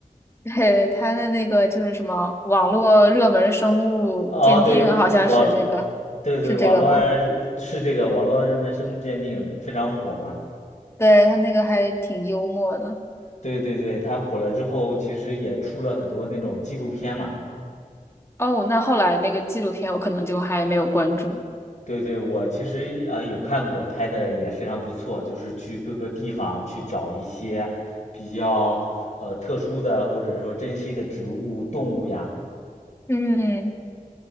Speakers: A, on the left; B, on the left.
A: <laughs> 对，他的那个就是什么网络热门生物鉴定，
B: 哦，对，网，
A: 好像是这个，
B: 对对，
A: 是这个吗？
B: 网络热是这个网络热门生物鉴定非常火嘛。
A: 对，他那个还挺幽默的。
B: 对对对，他火了之后，其实也出了很多那种纪录片嘛。
A: 哦，那后来那个纪录片我可能就还没有关注。
B: 对对，我其实呃有看过，拍的也非常不错，就是去各个地方去找一些比较呃特殊的或者说珍稀的植物、动物呀。
A: 嗯，